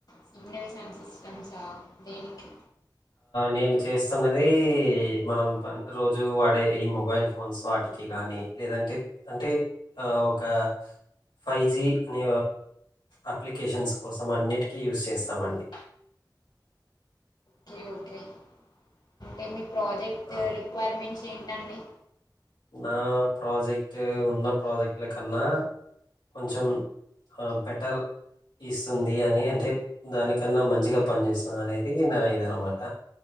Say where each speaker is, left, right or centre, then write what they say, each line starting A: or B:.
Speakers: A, on the left; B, on the left.
A: సిగ్నల్ సండ్ సిస్టమ్సా దేనికి
B: నేను చేస్తున్నది మనం రోజు వాడే ఈ మొబైల్ ఫోన్స్ వాటికి కానీ లేదంటే అంటే ఒక ఫైవ్ జీ అనే అప్లికేషన్స్ కోసం అన్నిటికీ యూస్ చేస్తామండి
A: ఓకే ఓకే అంటే మీ ప్రాజెక్ట్
B: ఆ
A: రిక్వైర్మెంట్స్ ఏం టండి
B: నా ప్రాజెక్ట్ ఉన్న ప్రాజెక్ట్ల కన్నా కొంచెం బెటర్ ఇస్తుంది అని అంటే దానికన్నా మంచిగా పనిచేస్తుంది అనేది నా ఇదనమాట